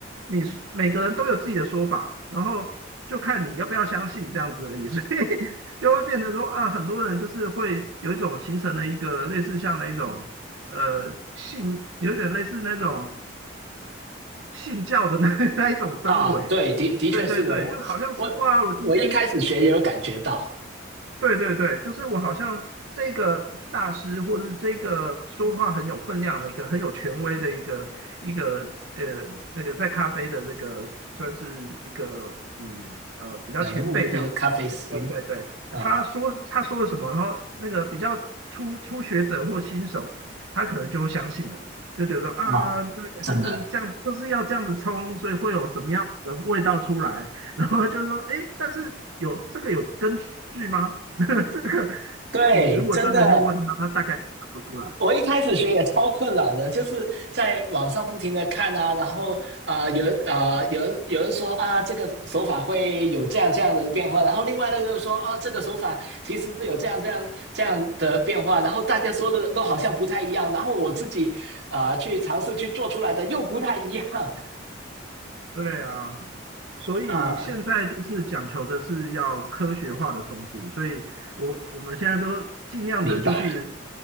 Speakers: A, on the right; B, on the right.
A: 你每个人都有自己的说法，然后就看你要不要相信这样子而已，所以就会变成说啊，很多人就是会有一种形成了一个类似像那种呃信，有点类似那种信教的那那一种氛围。
B: 啊，对，的的确是的，
A: 对对对，
B: 我我我我一开始学也有感觉到
A: 就好像是哇，我今天对对对，就是我好像这个大师，或者是这个说话很有分量的一个很有权威的一个一个呃那个在咖啡的那个算是一个嗯呃比较前辈这样子。
B: 人物也有咖啡师，
A: 对对对，
B: 嗯
A: 他说他说了什么，然后那个比较初初学者或新手，他可能就会相信了，就觉得啊对，
B: 啊，真的，
A: 就是这样，就是要这样子冲，所以会有什么样子的味道出来。然后就说，哎，但是有这个有根据吗？<laughs> 这个这个，
B: 对，
A: 你如果真的去问他，
B: 真的，
A: 他大概也答不出来。
B: 我一开始学也超困扰的，就是在网上不停的看啊，然后啊、呃有人啊、呃有人有人说啊这个手法会有这样这样的变化，然后另外那个又说啊这个手法其实是有这样这样这样的变化，然后大家说的都好像不太一样，然后我自己啊、呃去尝试去做出来的又不太一样。
A: 对啊，所以现在都是讲求的是要科学化的重组，
B: 啊，
A: 所以我我们现在都尽量的就是
B: 明白。